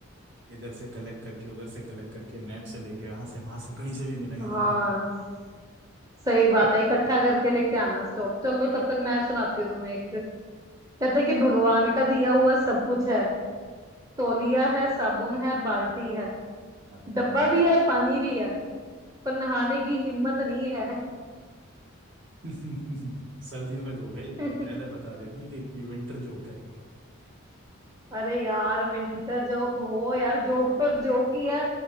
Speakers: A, on the right; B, on the right.
A: इधर से कलेक्ट करके उधर से कलेक्ट करके नेट से लेके वहां से वहां से कहीं से भी मिलेंगे
B: हाँ
A: ना ले
B: सही बात है इकट्ठा करके लेके आना स्टॉक चलो तब तक मैं सुनाती हूँ तुम्हें एक कहते कि भगवान का दिया हुआ सब कुछ है तौलिया है साबुन है बाल्टी है
A: अच्छा
B: डब्बा भी है पानी भी है पर नहाने की हिम्मत नहीं है
A: <laughs> सर्दियों का जोक है ये
B: <laughs>
A: पहले बता देती कि ये विंटर जोक है
B: अरे यार विंटर जोक हो यार जोक तो जोक ही है